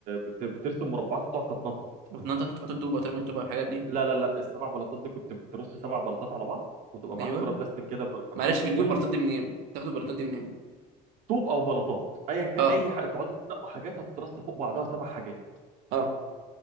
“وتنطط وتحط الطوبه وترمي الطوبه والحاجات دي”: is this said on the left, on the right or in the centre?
Right